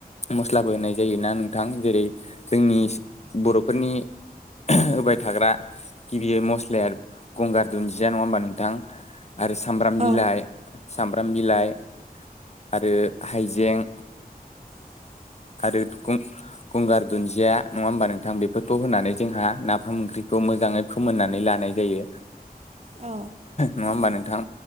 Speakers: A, on the left; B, on the right.
A: मस्लाबो होनाय जायोना नोंथां। जेरै जोंनि बर'फोरनि होबाय थाग्रा गिबियै मस्लाया गंगार दुन्दिया नङा होमबा नोंथां। आरो सामब्राम
B: औ
A: बिलाइ
B: औ
A: सामब्राम बिलाइ आरो हाइजें
B: <inaudible>
A: आरो गं-गंगार दुन्दिया नङा होमबा नोंथां। बेफोरखौ होनानै जोंहा नाफाम ओंख्रिखौ मोजाङै फोमोननानै लानाय जायो
B: औ
A: नङा होमबा नोंथां।